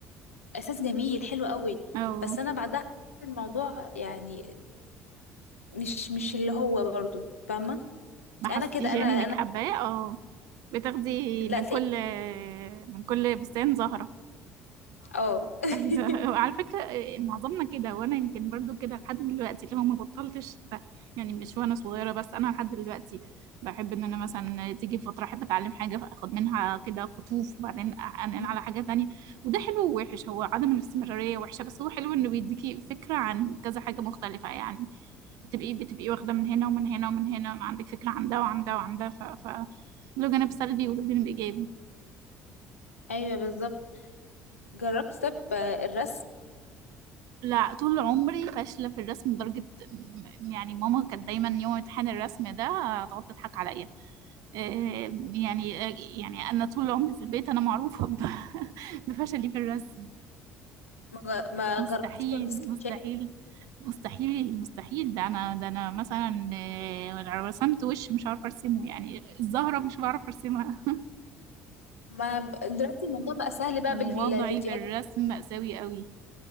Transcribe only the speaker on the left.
احساس جميل حلو قوي
بس انا بعدها حسيت الموضوع يعني مش مش اللي هو برضو فاهمه
انا كده انا
انا
لا
تلاقي
اه <laughs>
مم.
ايوه بالظبط جربت طب الرسم
ما ما
جربتش تعمل سكتشات
ما ب- دلوقتي الموضوع بقى سهل بقى
بالفيديوهات